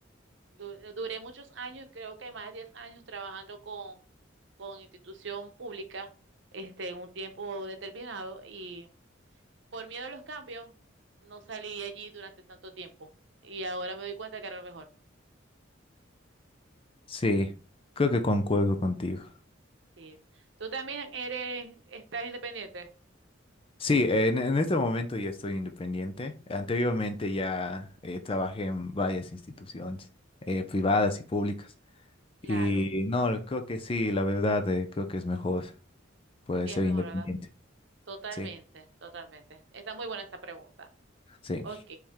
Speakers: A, on the right; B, on the left.
A: du- duré muchos años, creo que más de 10 años trabajando con, con institución pública, este, un tiempo determinado, y por miedo a los cambios, no salí allí durante tanto tiempo. Y ahora me doy cuenta que era lo mejor.
B: Sí, creo que concuerdo contigo.
A: Sí. Tú también eres, estás independiente.
B: Sí, en, en este momento ya estoy independiente. Anteriormente ya eh, trabajé en varias instituciones eh, privadas y públicas.
A: Claro,
B: Y no, creo que sí, la verdad, eh, creo que es mejor. Puede
A: sí
B: ser
A: es mejor,
B: independiente.
A: ¿verdad? Totalmente,
B: Sí,
A: totalmente. Está muy buena esa pregunta.
B: sí.
A: Ok,